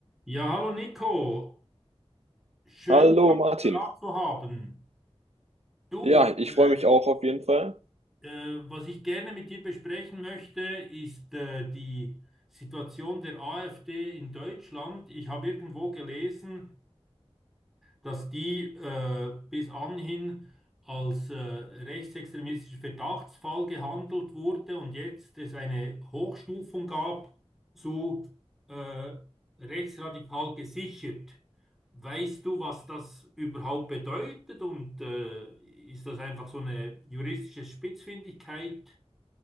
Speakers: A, in the centre; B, on the right.
A: Ja, hallo Nico, schön
B: Hallo
A: dich auf
B: Martin.
A: dem Apparat zu haben. Du,
B: Ja, ich
A: äh,
B: freue mich auch auf jeden Fall.
A: äh, was ich gerne mit dir besprechen möchte, ist äh, die Situation der AfD in Deutschland. Ich habe irgendwo gelesen, dass die äh, bis anhin als äh, rechtsextremistischer Verdachtsfall gehandelt wurde und jetzt es eine Hochstufung gab zu äh, rechtsradikal gesichert. Weißt du, was das überhaupt bedeutet und äh, ist das einfach so eine juristische Spitzfindigkeit?